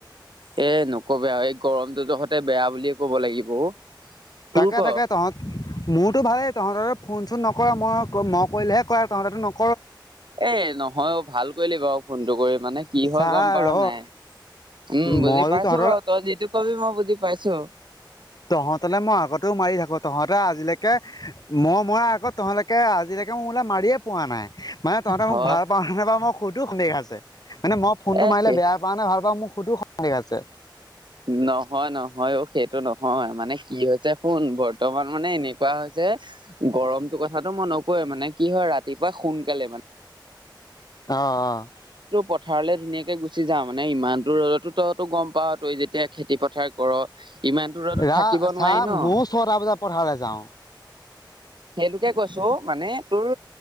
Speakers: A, on the right; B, on the left.
A: এ নকবি আৰু এই গৰমটোতো সতে বেয়া বুলিয়ে ক'ব লাগিব অ'। তোৰ
B: তাকে
A: ক
B: তাকে তহঁত মোৰতো ভালেই তহঁতৰ? ফোন চোন নক মই মই কৰিলেহে কৰা তহ' তেতো ন
A: এ নহয় অ' ভাল কৰিলি বাৰু ফোনটো কৰি। মানে কি হয়
B: চা
A: গ'ম পোৱা
B: ৰ
A: নাই উম
B: মইতো
A: বুজি পাইছো
B: তহঁতৰ
A: বাৰু তই যিটো কবি মই বুজি পাইছো।
B: তহঁতলে মই আগতেও মাৰি থাকো তহঁতে আজিলৈকে মই মৰা আগত তহঁলকে আজিলৈকে তে মোেল মাৰিয়ে পোৱা নাই। মানে তহ'তে
A: হয়
B: মোক ভাল পাওঁ নে বা মই সৈতো সন্দেহ আছে। মানে মই ফোনটো
A: এ
B: মাৰিলে বেয়া পাৱ নে ভাল পাওঁ মোৰ সেইতো সন্দেহ আছে।
A: নহয় নহয় অ' সেইটো নহয় মানে কি হৈছে শুন। বৰ্তমান মানে এনে কুৱা হৈছে, গৰমটো কথাটো মই নকৱে, মানে কি হয় ৰাতিপুৱা সোনকালে মানে
B: অ' অ'
A: পথাৰলে ধুনাকে গুচি যাওঁ মানে ইমান টো ৰ'দতো তইতো গ'ম পাৱ। তই যেতিয়া খেতি পথাৰ কৰ ইমানটো ৰ'দত
B: ৰা
A: থাকিব
B: চা
A: নোৱাৰি ন।
B: ময়ো ছটা বজাত পথাৰলৈ যাওঁ
A: সেইটোকে কৈছো মানে তোৰ